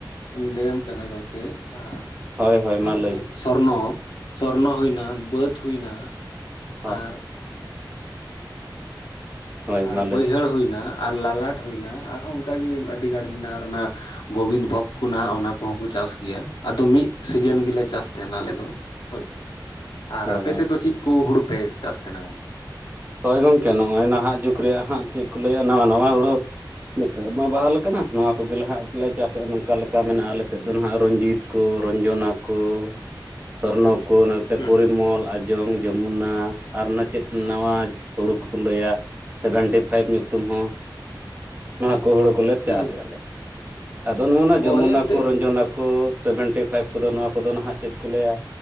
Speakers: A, on the left; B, on the right.
A: ᱤᱧ ᱞᱮᱭᱟᱢ ᱠᱟᱱᱟ ᱜᱚᱝᱠᱮ ᱟᱸᱜ
B: ᱦᱳᱭ ᱦᱳᱭ
A: ᱟᱫᱚ
B: ᱢᱟ ᱞᱟᱹᱭ
A: ᱢᱤᱜ
B: ᱵᱮᱱ
A: ᱥᱚᱨᱱᱚ ᱥᱚᱨᱱᱚ ᱦᱩᱭᱱᱟ ᱵᱟᱹᱫᱽ ᱦᱩᱭᱱᱟ
B: ᱦᱳᱭ
A: ᱟᱨ
B: ᱦᱳᱭ
A: ᱟᱨ
B: ᱢᱟ ᱞᱟᱹᱭ
A: ᱵᱟᱹᱭᱦᱟᱹᱲ
B: ᱵᱮᱱ
A: ᱦᱩᱭᱱᱟ ᱟᱨ ᱞᱟᱞᱟᱴ ᱦᱩᱭᱱᱟ ᱟᱨᱦᱚᱸ ᱚᱝᱠᱟᱜᱮ ᱟᱹᱰᱤ ᱜᱟᱴ ᱢᱮᱱᱟᱜᱼᱟ ᱟᱨ ᱚᱱᱟ, ᱜᱳᱵᱤᱱ ᱵᱷᱳᱜᱽ ᱠᱩ ᱱᱟᱦᱟᱸᱜ ᱚᱱᱟ ᱠᱚᱦᱚᱸ ᱠᱚ ᱪᱟᱥ ᱜᱮᱭᱟ ᱟᱫᱚ ᱢᱤᱜ ᱥᱤᱡᱮᱱ ᱜᱮᱞᱮ ᱪᱟᱥ ᱛᱟᱦᱮᱸᱱᱟ ᱟᱞᱮ ᱫᱚ᱾ ᱦᱳᱭᱥᱮ ᱟᱨ
B: ᱦᱳᱭ
A: ᱟᱯᱮ
B: ᱦᱳᱭ
A: ᱥᱮᱫ ᱫᱚ ᱪᱤᱜ ᱠᱩ ᱦᱩᱲᱩ ᱯᱮ ᱪᱟᱥ ᱛᱟᱦᱮᱸᱱᱟ ᱜᱚᱝᱠᱮ?
B: ᱦᱳᱭ ᱜᱚᱝᱠᱮ ᱱᱚᱜᱼᱚᱭ ᱱᱟᱦᱟᱸᱜ ᱡᱩᱜᱽ ᱨᱮᱭᱟᱜ ᱦᱟᱸᱜ ᱪᱮᱜ ᱠᱚ ᱞᱟᱹᱭᱟ ᱱᱚᱣᱟ ᱱᱟᱣᱟ ᱦᱩᱲᱩ ᱱᱮᱛᱟᱨ ᱢᱟ ᱵᱟᱦᱟᱞ ᱠᱟᱱᱟ ᱱᱚᱣᱟ ᱠᱚᱜᱮ ᱞᱮᱦᱟᱸᱜ ᱞᱮ ᱪᱟᱥᱮᱜᱼᱟ ᱱᱚᱝᱠᱟ ᱞᱮᱠᱟ ᱢᱮᱱᱟᱜᱼᱟ ᱟᱞᱮᱥᱮᱜ ᱫᱚ ᱱᱟᱦᱟᱸᱜ ᱨᱚᱧᱡᱤᱛ ᱠᱚ ᱨᱚᱧᱡᱚᱱᱟ ᱠᱚ ᱥᱚᱨᱱᱚ ᱠᱚ ᱚᱱᱟ ᱛᱮ
A: ᱦᱩᱸ
B: ᱯᱚᱨᱤᱢᱚᱞ ᱟᱸᱡᱚᱝ ᱡᱚᱢᱩᱱᱟ ᱟᱨ ᱚᱱᱟ ᱪᱮᱫ ᱱᱟᱣᱟᱡ ᱦᱩᱲᱩ ᱠᱚᱠᱚ ᱞᱟᱹᱭᱟ ᱥᱮᱵᱷᱮᱱᱴᱤ ᱯᱷᱟᱭᱤᱵᱽ ᱧᱩᱛᱩᱢ ᱦᱚᱸ᱾ ᱱᱚᱣᱟ ᱠᱚ ᱦᱩᱲᱩ ᱠᱚᱞᱮ
A: ᱦᱩᱸ
B: ᱪᱟᱥᱮᱜᱼᱟ ᱞᱮ ᱟᱫᱚ ᱱᱚᱜ-ᱚᱱᱟ ᱡᱚᱢᱩᱱᱟ
A: ᱳᱭ ᱮᱱᱛᱮᱫ
B: ᱠᱚ ᱨᱚᱡᱚᱱᱟ ᱠᱚ ᱥᱮᱵᱷᱮᱱᱴᱤ ᱯᱷᱟᱭᱤᱵᱽ ᱠᱚᱫᱚ ᱱᱚᱣᱟ ᱠᱚᱫᱚ ᱱᱟᱦᱟᱸᱜ ᱪᱮᱫ ᱠᱚ ᱞᱟᱹᱭᱟ,